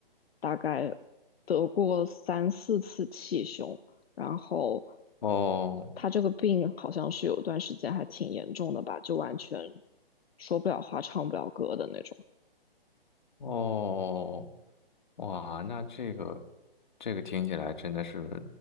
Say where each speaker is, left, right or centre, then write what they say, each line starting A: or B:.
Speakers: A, on the left (about 75°); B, on the left (about 50°).
A: 大概得过三四次气胸，然后
B: 哦
A: 他这个病好像是有一段时间还挺严重的吧，就完全说不了话、唱不了歌的那种。
B: 哦，哇，那这个这个听起来真的是，